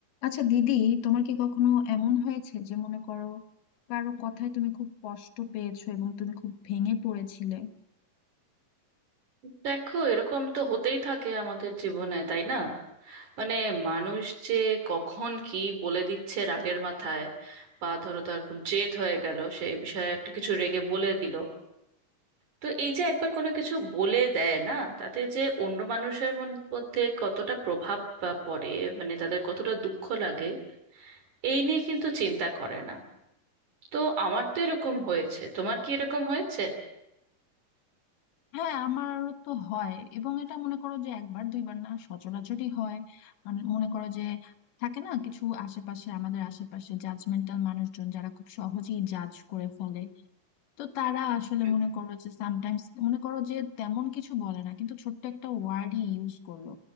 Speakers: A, on the left; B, on the right.
A: আচ্ছা দিদি তোমার কি কখনো এমন হয়েছে যে মনে করো কারো কথায় তুমি খুব কষ্ট পেয়েছো এবং তুমি খুব ভেঙে পড়েছিলে
B: দেখো এরকম তো হতেই থাকে আমাদের জীবনে তাই না মানে মানুষ যে কখন কি বলে দিচ্ছে রাগের মাথায় বা ধরো তার খুব জেদ হয়ে গেল সেই বিষয়ে একটা কিছু রেগে বলে দিল তো এই যে একবার কোনো কিছু বলে দেয় না তাতে যে অন্য মানুষের মন- মধ্যে কতটা প্রভাব বা পড়ে মানে তাদের কতটা দুঃখ লাগে এই নিয়ে কিন্তু চিন্তা করে না তো আমার তো এরকম হয়েছে তোমার কি এরকম হয়েছে
A: হ্যাঁ আমার তো হয় এবং এটা মনে করো যে একবার দুইবার না সচরাচরই হয় মানে মনে করো যে থাকে না কিছু আশেপাশে আমাদের আশেপাশে জাজমেন্টাল মানুষজন যারা খুব সহজেই জাজ করে ফেলে তো তারা আসলে
B: হুম।
A: মনে করো যে সামটাইমস মনে করো যে তেমন কিছু বলে না কিন্তু ছোট্ট একটা ওয়ার্ডই ইউজ করলো